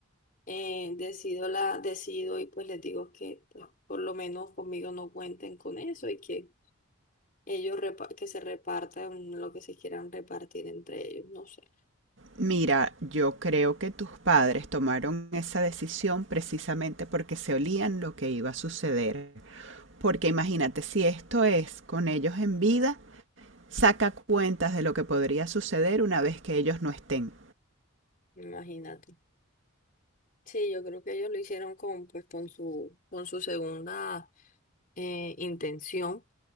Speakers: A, on the left; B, on the right.
A: eh, decido la, decido y pues les digo que pues, por lo menos conmigo no cuenten con eso y que ellos repa- que se repartan lo que se quieran repartir entre ellos, no sé.
B: Mira, yo creo que tus padres tomaron esa decisión precisamente porque se olían lo que iba a suceder. Porque imagínate, si esto es con ellos en vida, saca cuentas de lo que podría suceder una vez que ellos no estén.
A: Imagínate. Sí, yo creo que ellos lo hicieron con pues con su con su segunda eh, intención,